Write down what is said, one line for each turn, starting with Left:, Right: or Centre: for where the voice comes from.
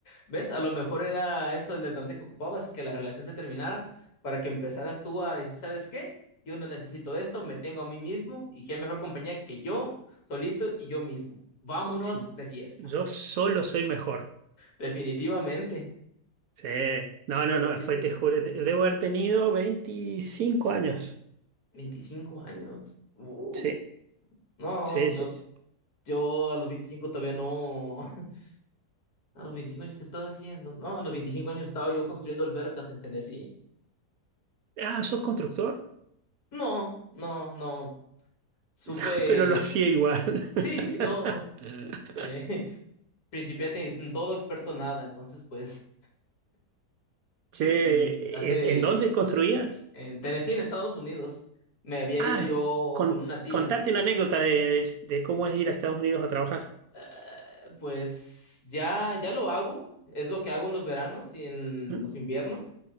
Left: ¿ves? A lo mejor era eso el detonante que ocupabas, que la relación se terminara para que empezaras tú a decir, ¿sabes qué? Yo no necesito esto, me tengo a mí mismo y qué mejor compañía que yo, solito y yo mismo. Vámonos
Right: Sí,
Left: de fiesta.
Right: yo solo soy mejor.
Left: Definitivamente.
Right: Sí, no,
Left: Quiero
Right: no, no,
Left: decir,
Right: fue, te juro, te- debo haber tenido 25 años.
Left: 25 años. Uh,
Right: Sí,
Left: no,
Right: sí, sí,
Left: yo,
Right: sí.
Left: yo a los 25 todavía no. <laughs> A los 25 años, ¿qué estaba haciendo? No, a los 25 años estaba yo construyendo albercas en Tennessee.
Right: Ah, ¿sos constructor?
Left: No, no, no. Supe.
Right: <laughs> Pero lo hacía igual.
Left: Sí, no.
Right: <laughs>
Left: Eh, <laughs> principiante en todo, experto en nada. Entonces, pues,
Right: Che,
Left: en- hace.
Right: ¿en, en dónde construías?
Left: En Tennessee, en Estados Unidos, me había
Right: Ah,
Left: ido yo
Right: con-
Left: con una tía.
Right: contate una anécdota de, de- de cómo es ir a Estados Unidos a trabajar.
Left: Eh, pues ya, ya lo hago. Es lo que hago en los veranos y en
Right: ¿Mm?
Left: los inviernos.